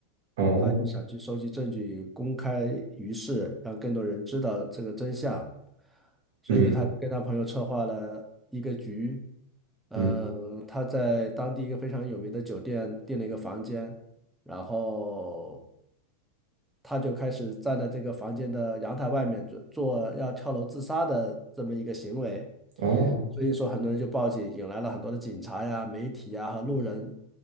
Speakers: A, on the right; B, in the centre.
A: 哦，
B: 他就想去收集证据，公开于世，让更多人知道这个真相，所以他就跟他朋友策划了一个局，
A: 嗯
B: 嗯，
A: 嗯，
B: 他在当地一个非常有名的酒店订了一个房间。然后他就开始站在这个房间的阳台外面做做要跳楼自杀的这么一个行为，
A: 哦，
B: 所以说很多人就报警，引来了很多的警察呀、媒体呀和路人